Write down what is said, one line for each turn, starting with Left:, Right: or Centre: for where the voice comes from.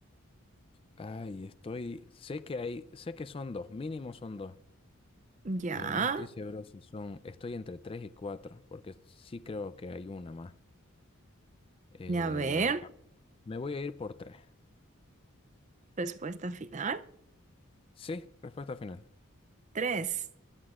Left: Ay, estoy. Sé que hay, sé que son dos, mínimo son dos,
Right: Ya.
Left: pero no estoy seguro si son. Estoy entre tres y cuatro, porque sí creo que hay una más. Eh,
Right: Ya, A ver.
Left: me voy a ir por tres.
Right: Respuesta final.
Left: Sí, respuesta final.
Right: Tres.